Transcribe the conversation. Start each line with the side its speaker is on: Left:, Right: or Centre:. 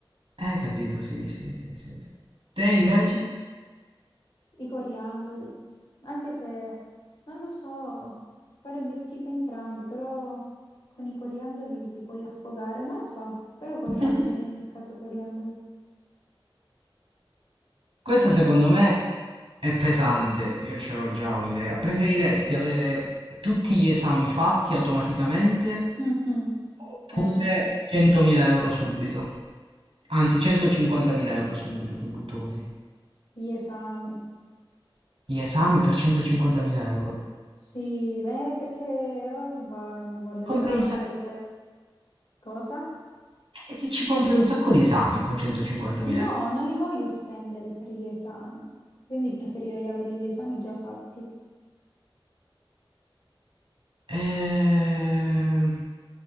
Right: Eh, capito, sì, sì, sì, sì. sì. Te invece?
Left: Sì, i coriandoli. Anche se, non lo so, farebbe schifo entrambi, però con i coriandoli ti puoi affogare, non lo so, però coriandoli
Right: <laughs>
Left: in ogni caso, coriandoli.
Right: Questa secondo me è pesante, io ce l'ho già un'idea. Preferiresti avere tutti gli esami fatti automaticamente
Left: Mhm.
Right: oppure
Left: Eh,
Right: 100.000 euro subito? Anzi, 150.000 euro subito, ti butto così.
Left: gli esami.
Right: Gli esami per 150.000 euro.
Left: Sì, beh, perché oh, va- ne va della
Right: Compri
Left: mia
Right: un
Left: salute.
Right: sac-
Left: me- Cosa?
Right: e ti ci compri un sacco di esami con 150.000
Left: No,
Right: euro.
Left: non li voglio spendere per gli esami, quindi preferirei avere gli esami già fatti.
Right: Ehm,